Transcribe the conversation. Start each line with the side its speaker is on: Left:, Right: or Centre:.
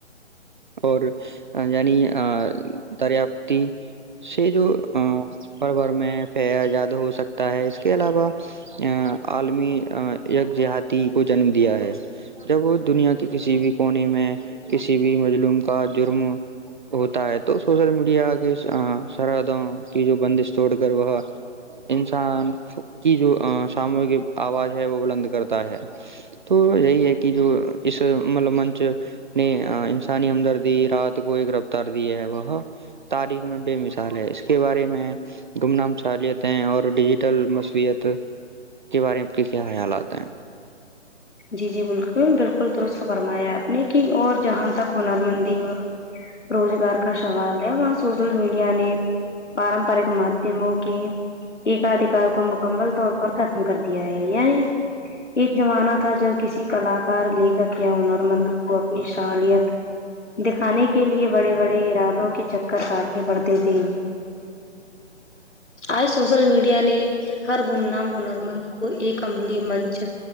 Right: اور یعنی آ دریافتی سے جو ہر بھر میں پزاد ہو سکتا ہے اس کے علاوہ آ عالمی یک جیہاتی کو جنم دیا ہے جب وہ دنیا کے کسی بھی کونے میں کسی بھی مظلوم کا جرم ہوتا ہے تو سوشل میڈیا کے آ سرحدوں کی جو بندش توڑ کر وہ انسان کی جو آ ساموگی آواز ہے وہ بلند کرتا ہے تو یہی ہے کی جو اس مطلب منچ نہیں انسانی ہمدردی رات کو ایک رفتار دیا ہے وہ تاریخ میں بے مثال ہے اس کے بارے میں گمنام سہلیتیں اور ڈیجیٹل مصویت کے بارے آپ کے کیا خیالات ہیں
Left: جی جی بالکل بالکل درست فرمایا آپ نے کی اور جہاں تک ہنر مندی اور روزگار کا سوال ہے وہاں سوشل میڈیا نے پارمپارییک مدھیم کی ایکاد ایکار کو مکمل طور پر ختم کر دیا ہے یعنی ایک زمانہ تھا جب کسی کلاکار لکھاک یا ہر مند کو اپنی سالیت دکھانے کے لیے بڑے بڑے ارادوں کے چکر کاٹنے پڑتے تھے آج سو شل میڈیا نے ہر گم نام ہنر مند کو ایک عملی منچ